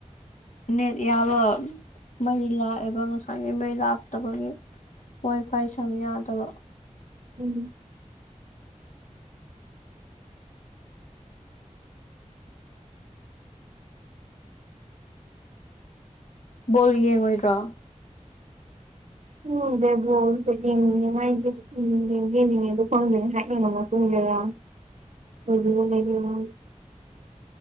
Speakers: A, on the left; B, on the right.
A: ꯅꯦꯠ ꯌꯥꯕ ꯃꯩ ꯂꯥꯛꯑꯦꯕ ꯉꯁꯥꯢꯒꯩ ꯃꯩ ꯂꯥꯛꯇꯕꯒꯤ ꯋꯥꯢ ꯐꯥꯢ ꯁꯝ ꯌꯥꯗꯕ
B: ꯎꯝ
A: ꯕꯣꯜ ꯌꯦꯡꯉꯣꯏꯗ꯭ꯔꯣ
B: ꯎꯝ ꯕꯣꯜꯁꯦ ꯌꯦꯡꯅꯤꯡꯉꯦ ꯃꯥꯏꯖꯦ ꯌꯦꯡꯖꯨ ꯌꯦꯟꯅꯤꯡꯉꯦ ꯑꯗꯣ ꯈꯪꯗꯦ ꯉꯁꯥꯏ ꯌꯦꯡꯕꯝ ꯑꯃ ꯄꯨꯡ ꯀꯌꯥ <unintelligible>